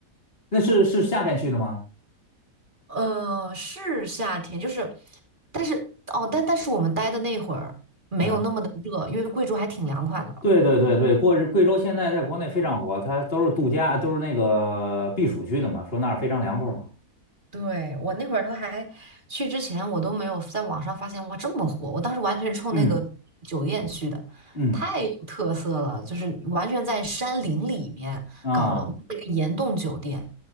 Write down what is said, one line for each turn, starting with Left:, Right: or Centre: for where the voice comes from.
Left: 那是是夏天去的吗？
Right: 呃，是夏天，就是，但是哦，但但是我们待的那会儿没有那么的热，
Left: 嗯，
Right: 因为贵州还挺凉快的。
Left: 对对对对，过日贵州现在在国内非常火，它都是度假，都是那个避暑区的嘛，说那儿非常凉快嘛。
Right: 对，我那会儿都还去之前，我都没有在网上发现哇这么火。我当时完全冲那个酒店去的，
Left: 嗯嗯
Right: 太有特色了，就是完全在山林里面搞了那个岩洞酒店，
Left: 啊。